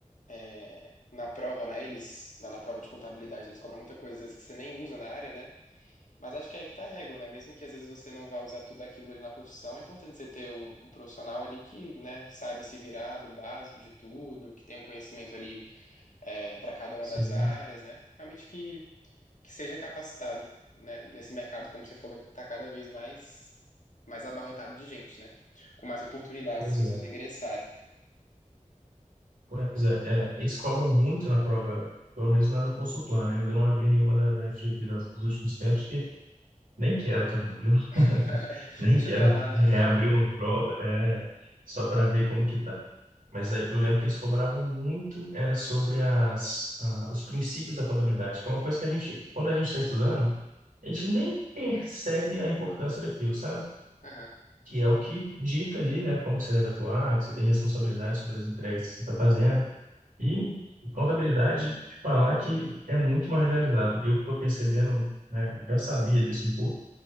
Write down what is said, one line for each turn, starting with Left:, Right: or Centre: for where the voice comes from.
Left: é, na prova, né? Eles, na, na prova de contabilidade, eles cobram muita coisa, às vezes, que você nem usa na área, né? Mas acho que é aí que tá a régua, né? Mesmo que às vezes você não vá usar tudo aquilo ali na profissão, é importante você ter um, um profissional ali que, né, saiba se virar no básico de tudo, que tenha um conhecimento ali para cada uma
Right: Sim,
Left: das áreas, né? Realmente que, que seja capacitado, né? Nesse mercado, como você falou, que está cada vez mais, mais abarrotado de gente, né? Com mais oportunidades
Right: pois
Left: das pessoas
Right: é.
Left: ingressarem.
Right: Pois é, é, eles cobram muito na prova, pelo menos na do Consulplan, né? Eu ainda não abri nenhuma da, da FGV nas- nos últimos tempos, porque nem quero, tá bom, viu?
Left: <laughs>
Right: <laughs> Nem
Left: Deixa
Right: quero
Left: pra lá,
Right: reabrir
Left: né?
Right: uma prova, é, só para ver como que tá. Mas eh, eu lembro que eles cobravam muito, era sobre as, ah, os princípios da contabilidade, que é uma coisa que a gente, quando a gente está estudando, a gente nem percebe a importância daquilo, sabe?
Left: Aham.
Right: Que é o que dita ali, né? Como que você deve atuar, que você tem responsabilidade sobre as entregas que você está fazendo. E contabilidade, te falar que é muito mais realizado. Eu estou percebendo, né? eu Já sabia disso um pouco